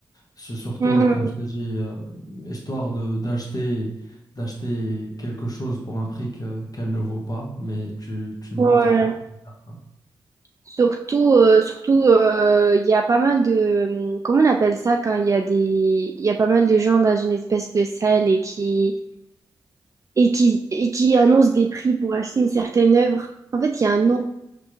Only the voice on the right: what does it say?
Mhm.
Ouais.
Surtout, euh, surtout, euh, il y a pas mal de, hum, comment on appelle ça quand il y a des, il y a pas mal de gens dans une espèce de salle et qui, et qui, et qui annoncent des prix pour acheter une certaine œuvre. En fait, il y a un nom.